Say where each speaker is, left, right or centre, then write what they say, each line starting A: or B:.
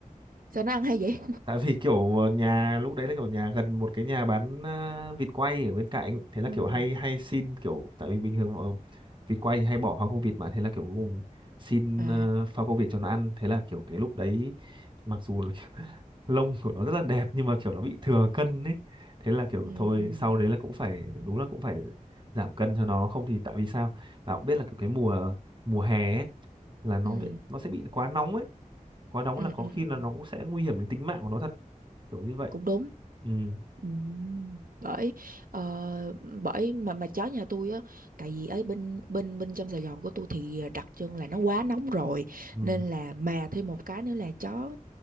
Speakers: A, on the right; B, on the right.
A: sao nó ăn hay vậy
B: tại vì kiểu ờ, nhà lúc đấy là kiểu nhà gần một cái nhà bán ờ, vịt quay ở bên cạnh thế là
A: <laughs> ừ
B: kiểu hay hay xin kiểu tại vì bình thường ờ, vịt quay thì hay bỏ phao câu vịt mà thế là kiểu cuối cùng xin
A: à
B: ờ, phao câu vịt cho nó ăn thế là kiểu cái lúc đấy mặc dù là kiểu, <laughs> lông của nó rất là đẹp nhưng mà kiểu nó bị thừa cân ấy thế là kiểu
A: ừ
B: thôi
A: ừ
B: sau đấy là cũng phải đúng là cũng phải giảm cân cho nó không thì tại vì sao bạn cũng biết là kiểu cái mùa mùa hè ấy, là nó
A: ừ
B: bị nó sẽ bị quá nóng ấy quá nóng
A: ừ
B: là có
A: ừ
B: khi
A: ừ
B: là nó cũng sẽ nguy hiểm đến tính mạng của nó thật kiểu như vậy
A: cũng đúng
B: ừ
A: Ừm, bởi ờ, bởi mà mà chó nhà tôi á tại vì ở bên bên bên trong Sài Gòn của tôi thì đặc trưng là nó quá nóng rồi
B: ừ
A: nên là mà thêm một cái nữa là chó